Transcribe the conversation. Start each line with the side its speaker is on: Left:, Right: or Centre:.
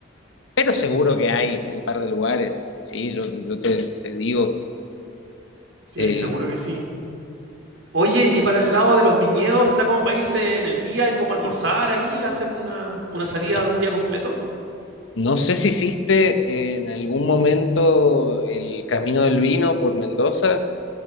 Left: pero seguro que hay un par de lugares, sí, yo, yo te, te digo,
Right: sí,
Left: eh,
Right: seguro que sí. Oye, y para el lado de los viñedos, ¿está como para irse en el día y como almorzar ahí, hacer una, una salida
Left: es-
Right: de un día completo?
Left: no sé si hiciste en algún momento el Camino del Vino por Mendoza.